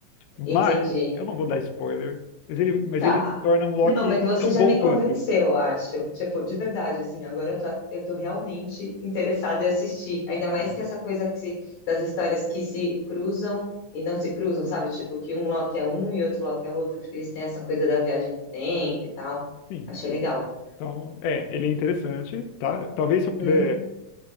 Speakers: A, on the left; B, on the left.
A: Mas
B: entendi.
A: eu não vou dar spoiler, mas ele, mas
B: Tá.
A: ele se torna um Loki
B: Não, mas você
A: tão
B: já
A: bom
B: me
A: quanto.
B: convenceu, eu acho. Tipo, de verdade, assim, agora eu tô, eu tô realmente interessada em assistir. Ainda
A: Não,
B: mais
A: mas
B: que
A: é-
B: essa coisa que se- das histórias que se cruzam e não se cruzam, sabe? Tipo, que um Loki é um e outro Loki é outro, porque eles têm essa coisa da viagem do tempo e tal.
A: sim.
B: Achei legal.
A: Então, é, ele é interessante, tá? Talvez
B: Uhum,
A: se eu puder,